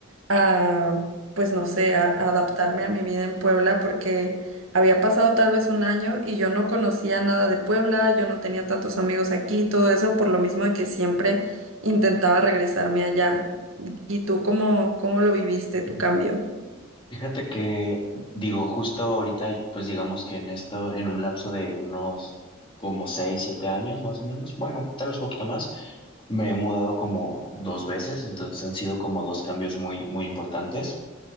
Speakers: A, on the right; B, on the left.
A: a, pues no sé, a, a adaptarme a mi vida en Puebla porque había pasado tal vez un año y yo no conocía nada de Puebla, yo no tenía tantos amigos aquí, todo eso, por lo mismo de que siempre intentaba regresarme allá. ¿Y tú cómo, cómo lo viviste, tu cambio?
B: Fíjate que, digo, justo ahorita, pues digamos que en esto, en un lapso de unos como seis, siete años más o menos, bueno, tal vez poquito más, me he mudado como dos veces, entonces han sido como dos cambios muy, muy importantes.